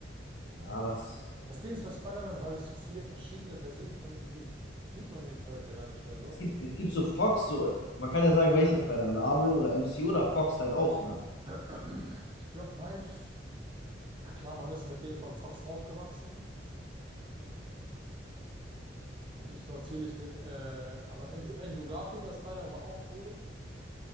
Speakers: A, on the left; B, on the right.
A: Ja, das
B: Das Ding ist bei Spider-Man, weil es so viele verschiedene Versionen von ihm gibt, fühlt man den Charakter gar nicht mehr so.
A: Es gibt, es gibt so Fox, so, man kann ja sagen, welches bei der Marvel oder MCU oder Fox halt auch, ne?
B: <clears throat> Ich glaube, mein, F- ja klar, man ist mit dem von Fox aufgewachsen. Da gibt es natürlich den, äh, aber Andrew, Andrew Garfield als Spider-Man war auch cool.